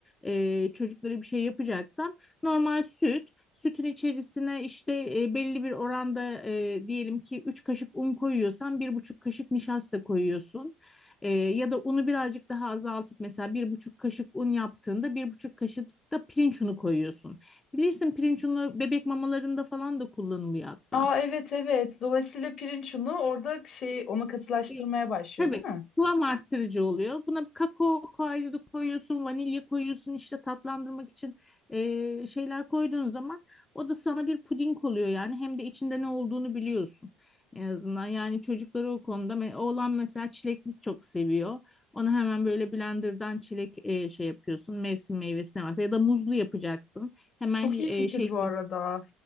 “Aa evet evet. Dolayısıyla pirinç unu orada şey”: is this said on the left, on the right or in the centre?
Left